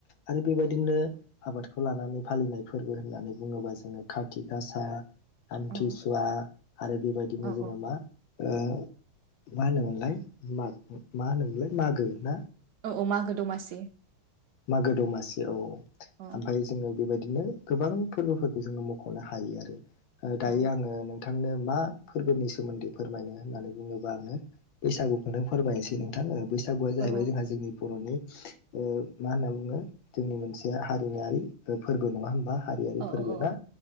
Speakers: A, on the left (about 70°); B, on the right (about 75°).
A: आरो बेबायदिनो आबादखौ लानानै फालिनाय फोर्बो होननानै बुङोबा जोङो कार्तिक गासा। आमथि
B: औ
A: सुवा। आरो बेबायदिनो
B: औ
A: जोङो मा ओ मा होनोमोनलाय माग मा होनोमोनलाय मागो ना?
B: औ मागो दमासि।
A: मागो दमासि औ
B: अ
A: ओमफ्राय जोङो। बेबादिनो गोबां फोर्बोफोरखौ जोङो मख'नो हायो आरो ओ दायो
B: अ
A: आङो नों थांनो मा फोर्बोनि सोमोन्दै फोरमायनो होननानै बुङोबा आङो। बैसागुखौनो फोरमायनोसै नोंथाङा बैसागुआ जाहैबाय
B: औ
A: जोंहा जोंनि बर'नि ओ। मा होनना बुङो जोंनि मोनसेया हारिमायारि फोर्बो नङा होमबा। हारियारि
B: औ
A: फोर्बो ना
B: औ